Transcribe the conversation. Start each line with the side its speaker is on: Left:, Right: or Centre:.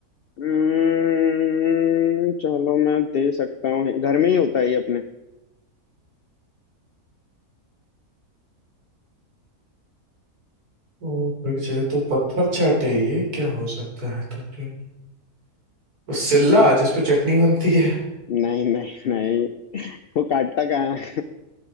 Left: हम्म, चलो मैं दे सकता हूँ घर में ही होता है ये अपने
Right: ओ थक जाए तो पत्थर चाटे ये क्या हो सकता है थक जाए वो सिल्ला जिसपे चटनी बनती है
Left: नहीं नहीं नहीं वो काटता कहाँ है